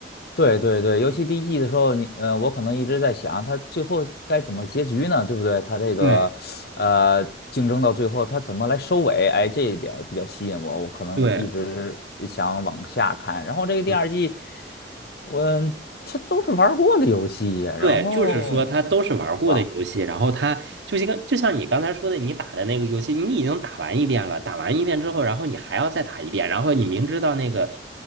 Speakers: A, on the left (about 60°); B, on the right (about 85°).
A: 对对对，尤其第一季的时候，
B: 嗯，
A: 你呃，我可能一直在想，他最后该怎么结局呢？对不对？他这个呃，
B: 对
A: 竞争到最后，他怎么来收尾？哎，这一点儿比较吸引我，我可能一直想往下看。
B: 对
A: 然后这个第二季，
B: 对。
A: 我他都是玩儿过的游戏呀，
B: 对，
A: 然后
B: 就是说它都是玩过的游戏，
A: 对吧？
B: 然后它就一个，就像你刚才说的，你打的那个游戏，你已经打完一遍了，打完一遍之后，然后你还要再打一遍，然后你明知道那个